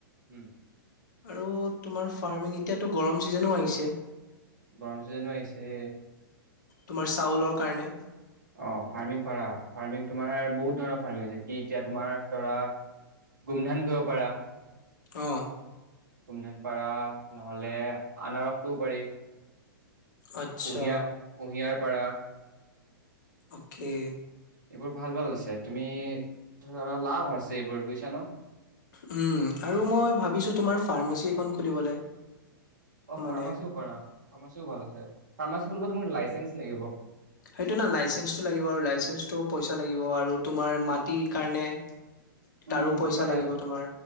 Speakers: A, on the right (about 55°); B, on the left (about 55°).
A: উম
B: আৰু তোমাৰ ফাৰ্মিং এতিয়াতো গৰম ছিজনো আহিছে
A: গৰম চিজনো আহিছে
B: তোমাৰ চাউলৰ কাৰণে
A: অ ফাৰ্মিং পাৰা ফাৰ্মিং তোমাৰ বহুত ধৰণৰ ফাৰ্মিংছে কি এতিয়া তোমাৰ ধৰা গোমধান কৰিব পাৰা
B: অহ
A: গোমধান পাৰা নহলে আনাৰসটোও পাৰি
B: আচ্ছা,
A: কুঁহিয়াৰ কুঁহিয়াৰ পাৰা
B: অকে।
A: এইবোৰ ভাল ভাল আছে তুমি। ধৰা লাভ আছে এইবোৰত বুজিছা ন
B: উম আৰু মই ভাবিছো তোমাৰ ফাৰ্মাচী। খন খুলিবলে।
A: অ
B: মানে
A: ফাৰ্মাচীও পাৰা ফাৰ্মাচীও ভাল আছে ফাৰ্মাচী খুলিব তোমাক লাইচেন্স লাগিব।
B: সেইটো না লাইচেন্সটো লাগিব আৰু লাইচেন্সটো পইচা লাগিব আৰু তোমাৰ মাটিৰ কাৰণে তাৰো
A: উম
B: পইচা
A: তোমাৰ
B: লাগিব
A: লাই
B: তোমাৰ